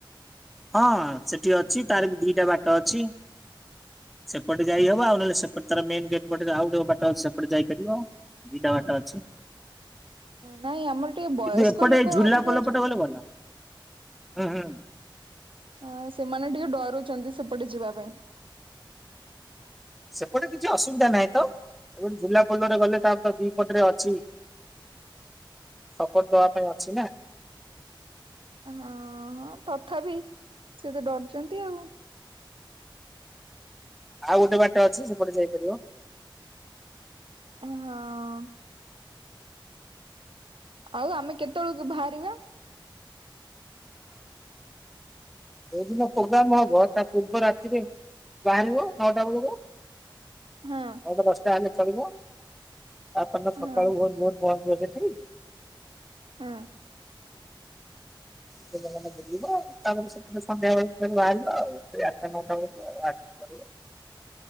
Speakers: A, in the centre; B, on the right.
A: ହଁ ସେଠି ଅଛି ତାର ବି ଦିଟା ବାଟ ଅଛି। ସେପଟେ ଯାଇ ହବ ଆଉ ନହେଲେ ସେପଟେ ତାର ମେନ୍ ଗେଟ ପଟେ ଆଉ ଗୋଟେ ବାଟ ଅଛି ସେପଟେ ଯାଇପାରିବ ଦିଟା ବାଟ ଅଛି।
B: ନାଇଁ ଆମର ଟିକେ ବୟସ୍କ
A: କିନ୍ତୁ ଏପଟେ
B: ଲୋକ
A: ଏଇ ଝୁଲା
B: ଅଧିକା
A: ପୋଲ
B: ହଉଛନ୍ତି
A: ପଟେ ଗଲେ
B: ତ
A: ଭଲ। ହୁଁ ହୁଁ।
B: ହଁ ସେମାନେ ଟିକେ ଡରୁଛନ୍ତି ସେପଟେ ଯିବା ପାଇଁ।
A: ସେପଟେ କିଛି ଅସୁବିଧା ନାହିଁ ତ ସେଠୁ ଝୁଲାପୋଲରେ ଗଲେ ତ ତାର ଦି ପଟରେ ଅଛି ସପୋର୍ଟ ଦବା ପାଇଁ ଅଛି ନା।
B: ହଁ। ହଁ ତଥାପି ସେ ତ ଡରୁଛନ୍ତି ଆଉ।
A: ଆଉ ଗୋଟେ ବାଟ ଅଛି ସେପଟେ ଯାଇପାରିବ
B: ହଁ। ଆଉ ଆମେ କେତେବେଳକୁ ବାହାରିବା?
A: ଯୋଉ ଦିନ ପ୍ରୋଗ୍ରାମ ହବ ତା ପୂର୍ବ ରାତିରେ ବାହାରିବ ନଅଟା ବେଳକୁ ତା
B: ହଁ
A: ପରେ ଦଶଟା ହେଲେ ଚାଲିବା ତାପରେ ସକାଳୁ
B: ହଁ
A: ଭୋରୁ ଭୋରୁ ପହଞ୍ଚିବା। <unintelligible>
B: ହଁ।
A: ଦିନ ମାନ ବୁଲିବା ତାପରେ ସନ୍ଧ୍ୟାବେଳେ ବାହାରିବା ଆଉ ସେଇ ଆଠଟା ନଅଟା ବେଳକୁ ଆଉ।